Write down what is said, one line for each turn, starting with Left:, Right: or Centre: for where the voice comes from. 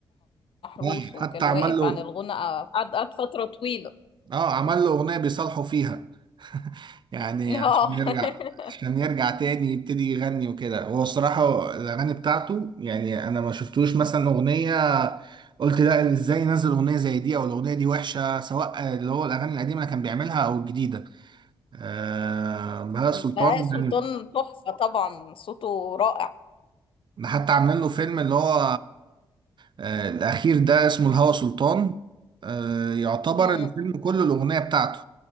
Left: محروس
Right: يعني
Left: وكان
Right: حتى عمل
Left: واقف
Right: له
Left: عن الغنى قعد قعد فترة طويلة
Right: اه عمل له اغنيه بيصالحوا فيها <laughs> يعني عشان
Left: اه
Right: يرجع
Left: <laughs>
Right: عشان يرجع تاني يبتدي يغني وكده هو الصراحه الاغاني بتاعته يعني انا ما شفتوش مثلا اغنيه قلت لا ازاي نزل اغنيه زي دي او الاغنيه دي وحشه سواء اللي هو الاغاني القديمه اللي كان بيعملها او الجديده آه بهاء
Left: بهاء
Right: سلطان
Left: سلطان
Right: ده
Left: تحفة طبعا صوته رائع
Right: حتى عاملين له فيلم اللي هو آه الاخير ده اسمه الهوى سلطان آه يعتبر
Left: مم.
Right: الفيلم كله الاغنيه بتاعته